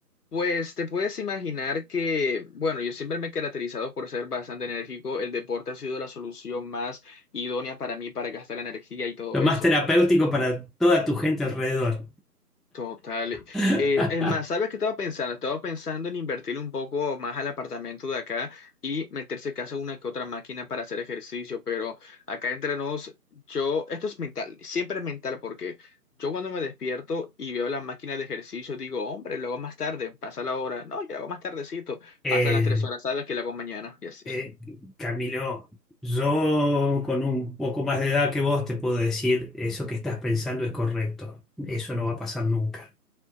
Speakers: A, on the left; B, in the centre.
A: Pues te puedes imaginar que, bueno, yo siempre me he caracterizado por ser bastante enérgico. El deporte ha sido la solución más idónea para mí para gastar la energía y todo
B: Lo más
A: eso.
B: terapéutico para toda tu gente alrededor.
A: Total.
B: <laughs>
A: Eh, es más, ¿sabes qué estaba pensando? Estaba pensando en invertir un poco más al apartamento de acá y meterse casa una que otra máquina para hacer ejercicio, pero acá entre nos, yo, esto es mental, siempre es mental porque yo cuando me despierto y veo la máquina de ejercicio digo, hombre, lo hago más tarde, pasa la hora, no, yo lo hago más tardecito,
B: Eh,
A: pasan las tres horas, ¿sabes que lo hago mañana? Y así.
B: eh, Camilo, yo con un poco más de edad que vos te puedo decir, eso que estás pensando es correcto. Eso no va a pasar nunca.